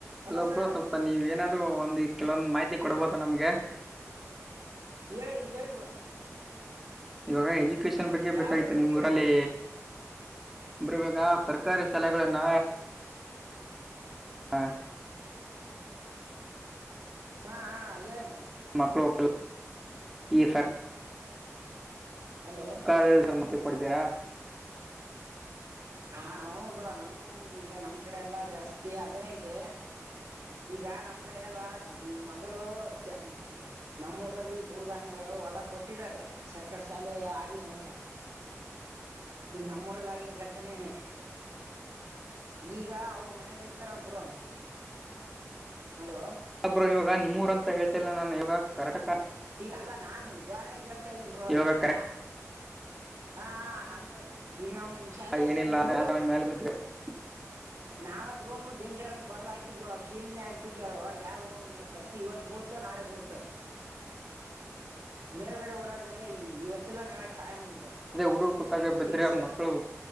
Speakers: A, on the right; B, in the centre.
A: Hello
B: ಅಲ್ಲೊಬರು
A: sir
B: ಸ್ವಲ್ಪ ನೀವ ಏನಾದ್ ಒಂದು ಕೆಲವೊಂದು ಮಾಹಿತಿ ಕೊಡ್ಬೋದ ನಮ್ಗೆ
A: ಹೇಳಿ ಹೇಳಿ ಬ್ರೋ.
B: ಇವಾಗ ಎಜುಕೇಶನ್ ಬಗ್ಗೆ
A: ಯಾವ್ದ್ರ
B: ಬೇಕಾಗಿತ್ತು
A: ಬಗ್ಗೆ
B: ನಿಮ್ಮ್ ಊರಲ್ಲಿ
A: ಬೇಕಾಗಿತ್ತು ಬ್ರೋ
B: ಬರುವರುವಾಗ ಸರ್ಕಾರಿ ಶಾಲೆಗಳನ್ನ ಹಾ
A: ಹಾ ಹ ಹೇಳಿ ಬ್ರೋ.
B: ಮಕೋ <unintelligible> ಈ ಸರ್
A: ಹಲೋ
B: ಸರ್ಕಾರದಲ್ಲಿ ಸಮತಿ ಕೊಡ್ತೀರಾ
A: ಹ ಹೂ ಬ್ರೋ ನಮ ಈಗ ನಮ್ ಕಡೆ ಎಲ್ಲಾ ಜಾಸ್ತಿ ಅದನೇ ಇದೆ. ಈಗ ನಮ್ ಕಡೆ ಎಲ್ಲ ಈಗ ಮೊದಲು ಜಾ ನಮ್ಮ ಊರಲ್ಲಿ ಭೂದಾನಿಗಳು ಹೊಲ ಕೊಟ್ಟಿದ್ದಾರೆ ಸರ್ಕಾರಿ ಶಾಲೆ ಆಗ್ಲಿ ಅಂತ
B: ಹ <inaudible>
A: ಇದು ನಮ್ಮೂಊರಲ್ಲಗಿರೋ ಘಟನೆ ನೇ. ಈಗ ಅವ್ರ ಮನೇಲಿ ಇರ್ತಾರಲ್ ಬ್ರೋ. ಹಲೋ
B: ಹಬ್ ಇವಾಗ ನಿಮ್ಮೂರ ಅಂತ ಹೇಳ್ತಿಲ್ಲ ನಾನು ಇವಾಗ ಕರಟಕ.
A: ಈಗ ಅಲ್ಲಾ ನಾನ್ ಉದಾಹರಣೆಗೆ ಹೇಳ್ತಾ ಇದ್ದೇನ್ ಬ್ರೋ
B: ಇವಾಗ
A: ಈಗ ಜನ ಹಾ ಹಾ ಅಂತ ಈಗ ನಮ್ಮ್ ಶಾಲೆ
B: ಕರೆಕ್ಟ್ ಏನಿಲ್ಲ
A: ಮೂರ್
B: ಮೇಲೆ <inaudible>
A: ನಾಲ್ಕ್ ರೂಮ್ ಡೇಂಜರ್ ಅಂತ ಬರುದ್ ಹಾಕಿ ಬ್ರೋ ಕೀಲಿನೇ ಹಾಕ್ಬ ಬಿಟ್ಟಿ ಅದ್ರಳಗ ಯಾರ ಹಂಗಿಲ್ಲಛತ್ತ ಇವತ್ ಬಿಳುತ್ತ ನಾಳೆ ಬೀಳುತೋ
B: ಹ
A: ಮೇಲ್ಗಡೆ ಓಡಾಡಿದ್ರೆ ಇವತ್ತಲ್ಲಾ ನಾಳೆ ಕಾಯಂ <unintelligible>
B: ಅದೇ ಹುಡುಗರು ಕೂತಾಗ ಬಿದ್ರೆ
A: ಪಿಕ್ಸ್
B: ಮಕ್ಕಳು